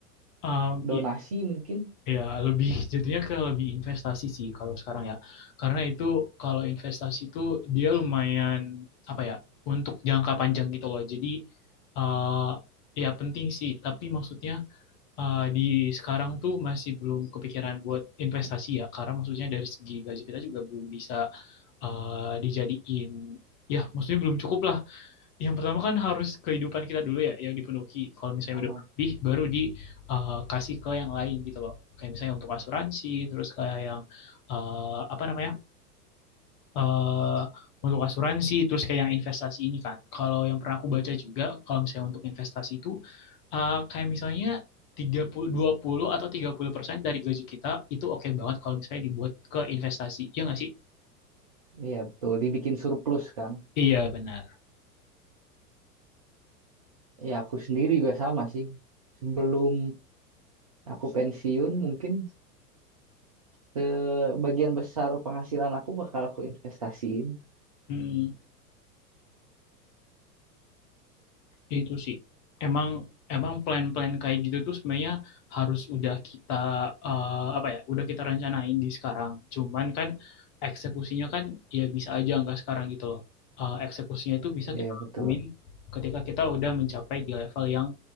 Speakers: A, on the left (about 30°); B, on the right (about 25°).
A: Um,
B: donasi
A: i-
B: mungkin?
A: ya lebih <laughs> jatuhnya ke lebih investasi sih kalau sekarang ya. Karena itu kalau investasi itu dia lumayan apa ya untuk jangka panjang gitu loh. Jadi eh ya penting sih. Tapi maksudnya eh, di sekarang tuh masih belum kepikiran buat investasi ya. Karena maksudnya dari segi gaji kita juga belum bisa eh, dijadiin ya maksudnya belum cukup lah yang pertama kan harus kehidupan kita dulu ya yang dipenuhi kalau misalnya
B: Aha,
A: udah berlebih baru dikasih uh, ke yang lain gitu loh kayak misalnya untuk asuransi terus kayak yang eh, apa namanya eh untuk asuransi terus kayak yang investasi ini kan kalau yang pernah aku baca juga kalau misalnya untuk investasi itu eh, kayak misalnya tiga puluh, dua puluh atau 30% dari gaji kita itu oke banget kalau misalnya dibuat ke investasi. Iya nggak sih?
B: Iya betul, dibikin surplus kan?
A: Iya, benar.
B: Ya aku sendiri juga sama sih. Sebelum aku pensiun mungkin sebagian besar penghasilan aku bakal aku investasiin.
A: Mm, Itu sih. Emang emang plan-plan kayak gitu tuh sebenarnya harus udah kita eh, apa ya, udah kita rencanain di sekarang. Cuman kan eksekusinya kan ya bisa aja nggak sekarang gitu loh. Eh, eksekusinya itu bisa
B: Iya
A: kita lakuin
B: betul,
A: ketika kita udah mencapai di level yang